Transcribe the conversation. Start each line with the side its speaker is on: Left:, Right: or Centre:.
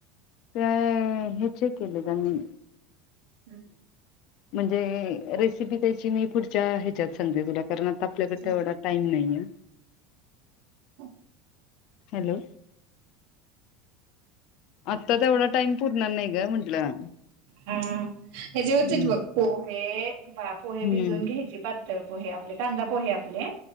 Left: त्याय हेचे केले त्यांनी.
Right: हम्म हम्
Left: म्हणजे रेसिपी त्याची मी पुढच्या ह्याच्यात सांते तुला. कारणता आपल्याकडे
Right: चालतंय.
Left: तेवढा टाईम नाहीये.
Right: हम
Left: हॅलो आत्ता तेवढा टाइम पुरणार नाही ग म्हंटलं.
Right: हा हचेे होते
Left: हम्म
Right: बघ पोहे बा पोहे भिजून
Left: हम्म
Right: घ्यायचे पात ळ पोहे आपले कांदा पोहे आपले